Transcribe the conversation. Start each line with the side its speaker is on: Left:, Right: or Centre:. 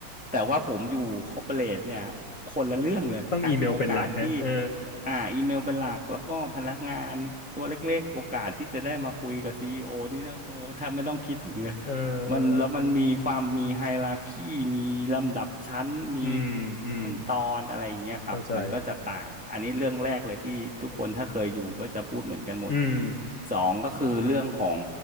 Centre: แต่ว่าผมอยู่คอร์ปอเรทเนี่ยคนละเรื่องเลยอ่ะโอกาสที่
Left: ต้องอีเมลเป็นหลักนะเออ
Centre: อ่าอีเมลเป็นหลักแล้วก็พนักงานตัวเล็กๆโอกาสที่จะได้มาคุยกับซีอีโอนี่นะโอ้แทบไม่ต้องคิดถึงเลย
Left: เออเออ
Centre: มันแล้วมันมีความมีไฮราคีมีลำดับชั้นมี
Left: อืม อืม
Centre: ขั้นตอนอะไรอย่างเงี้ยครับมันก็จะต่างอันนี้เรื่องแรกเลยที่ทุกคนถ้าเคยอยู่ก็จะพูดเหมือนกันหมด
Left: เข้าใจ อืม
Centre: สองก็คือเรื่องของ